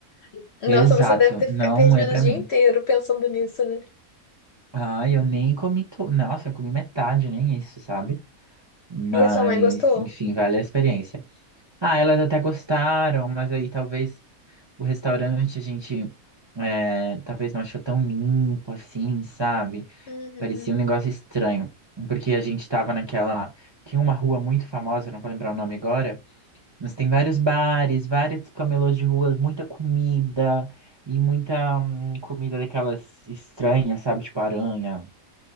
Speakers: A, on the left (about 60°); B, on the right (about 30°).
A: <laughs> Nossa,
B: Exato,
A: você deve ter
B: não
A: fica- perdido
B: é pra
A: o dia
B: mim.
A: inteiro pensando nisso, né?
B: Ah, eu nem comi tudo. Nossa, eu comi metade, nem isso, sabe? Mas,
A: E a sua mãe gostou?
B: enfim, vale a experiência. Ah, elas até gostaram, mas aí talvez o restaurante a gente é, talvez não achou tão limpo assim, sabe?
A: Uhum.
B: Parecia um negócio estranho. Porque a gente tava naquela. Tinha uma rua muito famosa, não vou lembrar o nome agora Mas tem vários bares, vários camelôs de rua, muita comida e muita hum, comida daquelas estranhas, sabe? Tipo aranha,